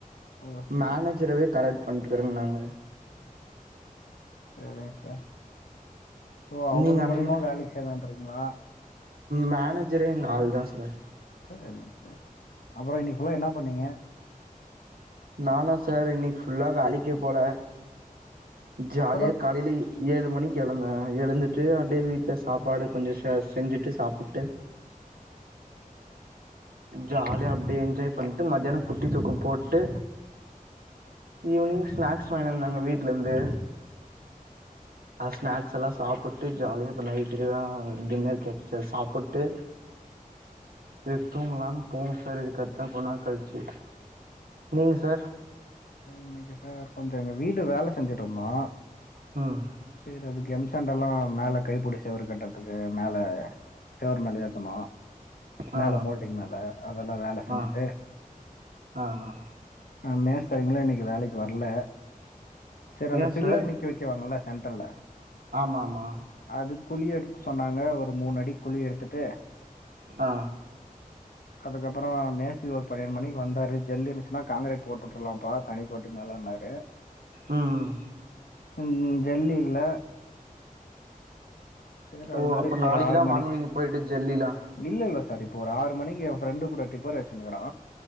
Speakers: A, on the left (about 85°); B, on the right (about 90°).
A: ஓகே.
B: மேனேஜரவே கரெக்ட் பண்ணிட்டுருந்தாங்க
A: சரிங்க சார் ஓ அவுங்க
B: நீங்க அந்த
A: மூலியமா வேலைக்கு சேர்லாறீங்களா
B: மேனேஜரே எங்க ஆள் தான் சார்
A: செரிங்க செரிங்க அப்பற இன்னைக்கு ஃபுல்லா என்ன பண்ணீங்க
B: நானா சார் இன்னைக்கு ஃபுல்லா வேலைக்கே போல ஜாலியா
A: அப்புறம்
B: காலைலே ஏழு மணிக்கு எழந்தே எழுந்துட்டு அப்டியே வீட்ல சாப்பாடு கொஞ்ச செ செஞ்சுட்டு சாப்பிட்டு ஜாலியா அப்டியே என்ஜாய் பண்ட்டு மத்யான குட்டி தூக்க போட்டு ஈவ்னிங் ஸ்நாக்ஸ் வாங்கின்னு வந்தாங்க வீட்லருந்து அந்த ஸ்நாக்ஸெல்லா சாப்புட்டு ஜாலியா இப்ப நைட்டுக்கு எதா டின்னர் கெட்ச்சா சாப்புட்டு இது தூங்கலானு போனு சார் இதுக்கட்த்தா கொஞ்ச நேர கழிச்சு நீங்க சார்
A: இன்னைக்கி சார் கொஞ்ச எங்க வீட்ட வேல செஞ்சிட்ருந்தோ
B: ம்
A: சேரி அது கெம் சாண்டெல்லா மேல கைப்புடி செவரு கட்றத்துக்கு மேல செவரு மேல ஏத்துனோ மேல
B: ஆ
A: மோல்டிங் மேல அதெல்லா வேல செஞ்சுட்டு
B: ஆ ஆ ஆ
A: ஆ மேஸ்தரிங்ளா இன்னைக்கு வேலைக்கு வர்ல செரி அந்த
B: ஏ
A: பில்லர்
B: சார்
A: நிக்க வைக்கவாங்கள்ல சென்டர்ல்ல
B: ஆமா ஆமா
A: அது குழி எடுக்க சொன்னாங்க ஒரு மூணு அடி குழி எடுத்துட்டு
B: ஆ
A: அதுக்கப்பறோ மேஸ்திரி ஒரு பனிரெண்டு மணிக்கு வந்தாரு ஜெல்லி இருந்துச்சுனா காங்கரேட் போட்டுவுட்றலாம்ப்பா தனி கோட்டுக்கு மேலனாரு
B: ம் ம்
A: ம் ம் ஜல்லி இல்ல சேரி
B: ஓ
A: அதுனால
B: அப்போ
A: இப்ப
B: நாளைக்கு
A: ஒரு ஆறு
B: தா
A: மணிக்கு
B: வாங்குவீங்க போயிட்டு ஜெல்லிலா
A: இல்லல்ல சார் இப்போ ஒரு ஆறு மணிக்கு எ ஃப்ரெண்டு கூட டிப்பர் அடிச்சுனுக்குறா